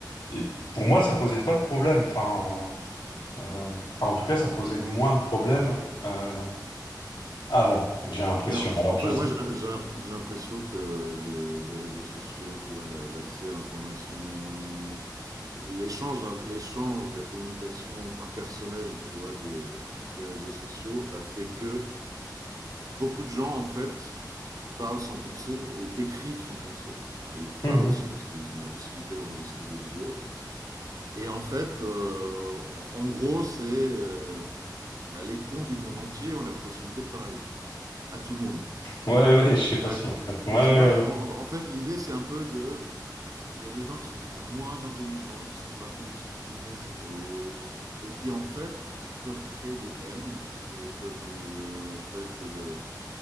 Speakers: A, on the left; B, on the right.
A: Et pour moi ça posait pas de problème, enfin euh, enfin en tout cas ça posait moins de problèmes euh, avant, j'ai l'impression.
B: Mais en en
A: Alors je
B: fait,
A: sais.
B: moi, j'ai j'ai l'im j'ai l'impression que les les réseaux sociaux, tu vois, le l'accès à l'information, l'échange hein, l'échange, la communication impersonnelle, tu vois, des des réseaux sociaux a fait que beaucoup de gens, en fait, parlent sans penser ou écrivent sans penser. Bah, ils parlent
A: Mhm.
B: aussi parce qu'ils ont la possibilité d'enregistrer des vidéos. Et en fait, euh, en, en gros, c'est euh, bah, les cons du monde entier ont la possibilité de parler à tout le monde.
A: Ouais ouais, je sais pas
B: À-
A: si on peut. Ouais
B: et
A: ouais.
B: tu vois,
A: ouais.
B: en, en- fait, l'idée, c'est un peu de... Il y a des gens qui sont peut-être moins intelligents, qui ne se rendent pas compte de ce qu'ils disent, ou- et qui, en fait, peuvent créer des haines et peuvent, je, peut être le,